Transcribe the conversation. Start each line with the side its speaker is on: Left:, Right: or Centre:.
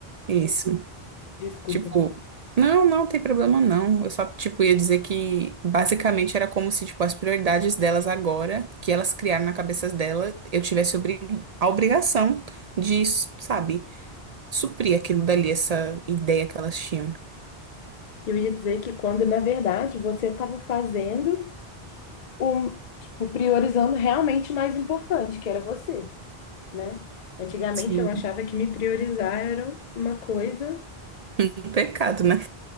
Right: isso.
Left: Desculpa.
Right: Tipo, não, não tem problema não. Eu só, tipo, ia dizer que basicamente era como se, tipo, as prioridades delas agora, que elas criaram na cabeça dela, eu tivesse obri- a obrigação de, sabe, suprir aquilo dali, essa ideia que elas tinham.
Left: Eu ia dizer que quando na verdade você estava fazendo o, tipo, priorizando realmente o mais importante, que era você. né? Antigamente
Right: Sim.
Left: eu achava
Right: <laughs>
Left: que me priorizar era uma coisa
Right: Um pecado, né?